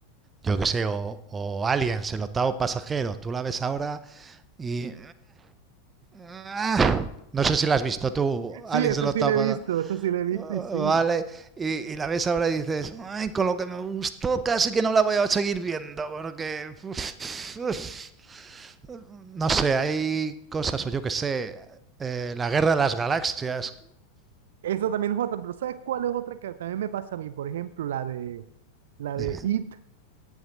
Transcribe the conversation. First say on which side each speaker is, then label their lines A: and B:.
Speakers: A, on the right (about 20°); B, on the right (about 55°).
A: Yo que sé, o, o Aliens, el octavo pasajero, tú la ves ahora y... ah, No sé si la has visto tú,
B: Sí,
A: Aliens,
B: eso
A: el octavo
B: sí lo he visto, eso sí lo
A: pasajero,
B: he visto y sí.
A: vale, y, y la ves ahora y dices, "Ay, con lo que me gustó casi que no la voy a seguir viendo, porque... uf, uf". No sé, hay cosas, o yo qué sé, eh, la guerra de las galaxias.
B: Eso también es otra, pero ¿sabes cuál es otra que también me pasa a mí? Por ejemplo, la de, la
A: Dime.
B: de It.